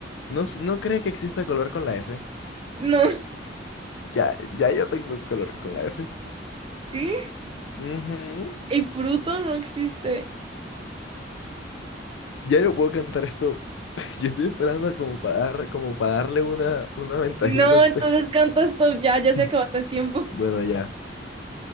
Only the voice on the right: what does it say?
No.
¿Sí?
Y fruto no existe.
No,
entonces canta Stop ya, ya se
acabó hasta el tiempo.
<laughs>